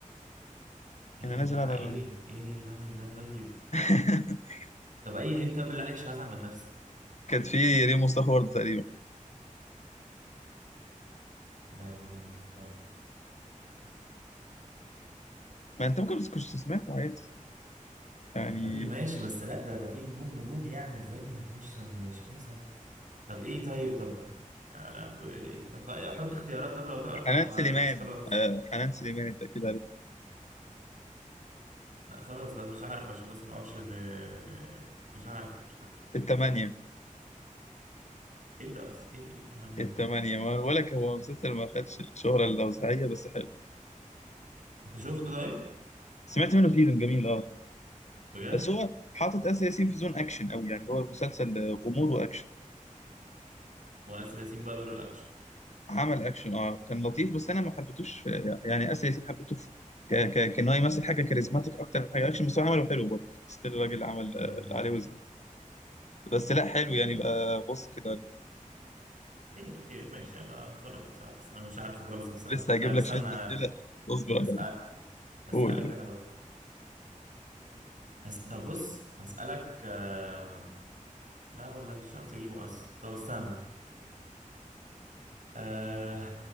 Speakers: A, on the right; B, on the left.
A: ايه
B: كان
A: يا جماعة
B: نازل على
A: ايه ايه الهبل ده طيب
B: <laughs>
A: طب اي هنت بالله عليك مش هزعل من نفسي
B: كان في ريم مصطفى برضه تقريبا
A: لا لا لا الله
B: ما انت ممكن بس كنت سمعته عادي يعني
A: يا راجل ماشي بس لا ده ده في نجوم نجوم يعني ازاي ما هكونش سم... مش هكون سم... طب ايه طيب طب يا لهوي طب خ- حط اختيارات طب لو تعرف
B: وحنان
A: لو ما
B: سليمان
A: عرفتش خلاص
B: آه، حنان سليمان انت اكيد عارف
A: لا خلاص خلاص مش عارف عشان بس ما نقعدش ن... ن... مش عارف مش عارف
B: الثمانية
A: ايه ده اصلا ايه ده ايه التمانية
B: التمانية
A: ده
B: ما ولا ك- هو مسلسل ما خدش الشهرة اللوزعية بس حلو
A: انت شفته طيب
B: سمعت منه سيزون جميل اه
A: بجد
B: بس هو حاطط آسر ياسين في زون أكشن أوي يعني هو المسلسل آه، غموض وأكشن
A: واسر ياسين بقى دور الاكشن
B: عمل أكشن اه كان لطيف بس أنا ما حبيتوش في- يعني آسر ياسين حبيته في ك... ك... كان هو يمثل حاجة كاريزماتيك أكتر من حاجة أكشن بس هو عمله حلو برضه ستيل الراجل عمل
A: امم
B: آه، اللي عليه وزيادة بس لا حلو
A: طيب
B: يعني بقى بص كده عليه
A: خير خير ماشي أنا بتفرج بصراحة بس أنا مش عارفه خالص بصراحة
B: لسه هجيب
A: طيب
B: لك
A: استنى
B: شوية أسئلة اصبر عليا
A: هسأل أسألك
B: قول قول
A: أنا بقى هس... طب بص هسألك آه... لا ولا أنت مش عارف تجيبه أصلا طب استنى آه...